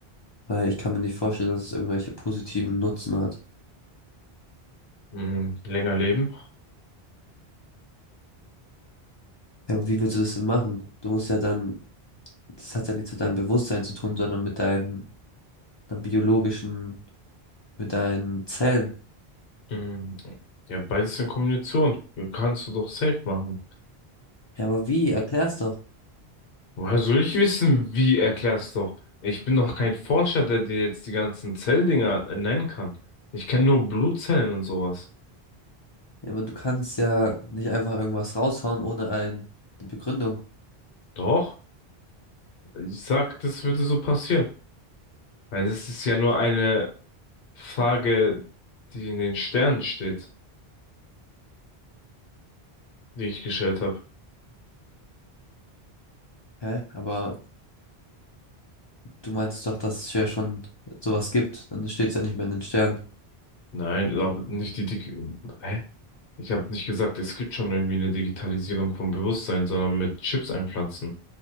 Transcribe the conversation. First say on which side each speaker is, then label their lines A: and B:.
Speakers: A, on the left; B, on the left.
A: Weil ich kann mir nicht vorstellen, dass es irgendwelche positiven Nutzen hat.
B: Mhm. Länger leben.
A: Ja, aber wie willst du das denn machen? Du musst ja dann das hat ja nichts mit deinem Bewusstsein zu tun, sondern mit deinen, deinen biologischen, mit deinen Zellen.
B: Mhm. Ja, beides in Kombination. Kannst du doch safe machen.
A: Ja, aber wie? Erklär's doch.
B: Woher soll ich wissen, wie erklärst doch? Ich bin doch kein Forscher, der dir jetzt die ganzen Zelldinger äh, nennen kann. Ich kenne nur Blutzellen und sowas.
A: Ja, aber du kannst ja nicht einfach irgendwas raushauen ohne ein, eine Begründung.
B: Doch, ich sag, das würde so passieren. Weil das ist ja nur eine Frage, die in den Sternen steht, die ich gestellt habe.
A: Hä? Aber du meintest doch, dass es ja schon sowas gibt. Dann steht's ja nicht mehr in den Sternen.
B: Nein, aber nicht die Dig Hä? Ich habe nicht gesagt, es gibt schon irgendwie eine Digitalisierung vom Bewusstsein, sondern mit Chips einpflanzen